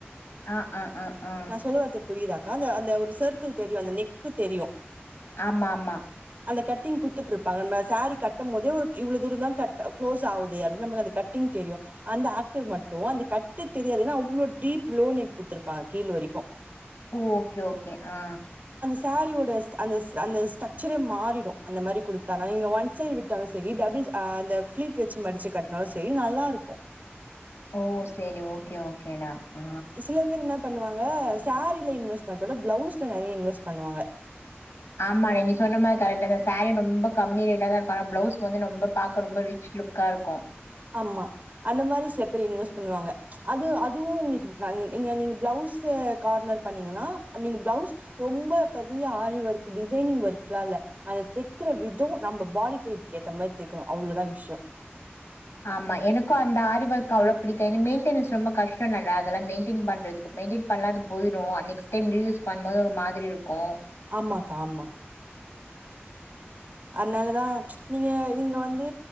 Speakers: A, on the left; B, on the right.
A: அ அ அ அ
B: நான் சொல்ல வர்றது புரியுதாக்கா? அந்த அந்த ஒரு சர்க்கிள் தெரியு அந்த நெக்கு தெரியு
A: ஆமா ஆமா
B: அந்த கட்டிங் குத்துட்ருப்பாங்க நா சேரி கட்டம்மோதே ஒரு இவ்ளோ தூரோந் தா கட்ட களோஸ் ஆவுது அப்டி நம்ள அந்த கட்டிங் தெரியு அந்த ஆக்டர் மட்டு அந்த கட்டு தெரியாது என்னா அவ்ளோ டீப் லோ நெக் குத்துருப்பாங் கீல் வெரிக்கு
A: ஒ ஓகே ஓகே அ
B: சேரிவோட ஸ் அந்த அந்த ஸ்ட்க்சரே மாற் றிடு அந்த மாரி கொடுத்தானா இங்க ஒன் சைடு விட்டாலு செரி டபுள் ச அ அந்த ஃபிளீட் வெச்சி மடிச்சி கட்னாலு செரி நல் லாருக்கோ
A: ஒ செரி ஓகே ஓகேடா ஆ
B: சில பேர் என்ன பண்ணுவாங்க சாரில இன்வெஸ்ட் பண்றத பிளவுஸ்ல நெறைய இன்வெஸ்ட் பண்ணுவாங்க
A: ஆமாடி நீ சொன்ன மார் கரெக்டாதா சாரி ரொம்ப கம்மி ரேட்டதாருக்கு ஆனா ப்ளவுஸ் வந்து ரொம்ப பாக்க ரொம்ப ரிச் ச்லுக்காருக்கோ
B: ஆமா அந்த மாரி சிலப்பேர் இன்வெஸ்ட் பண்ணுவாங்க அது அதுவு உங்ளுக் ந நீங்க நீங்க பிளவுஸ் ஸ்ஸே கார்னர் பண்ணீங்கன்னா நீங்க பிளவுஸ் ரொம்ப பெரிய aari work designing work cloth ல்ல அத தெக்குற விதோ நம்ப பாடி டைப்புக்கு ஏத்த மாரி தெக்கணு அவ்ளோதா விஷ்யோ
A: ஆமா எனக்கு அந்த ஆரி ஒர்க் அவ்ளோ பிடிக்காது மெயின்டெனன்ஸ் ரொம்ப கஷ்டொனல்ல அதெல்லா மெயின்டெய்ன் பண்றதுக்கு மெ மெய்ன்டெய்ன் பண்லா அது போயிரு நெஸ்ட் டைம் ரியூஸ் பண்ம் போது ஒரு மாதிரி இருக்கு
B: ஆமா கா ஆமா அத்னாலதா நீங்க நீங்க வந்து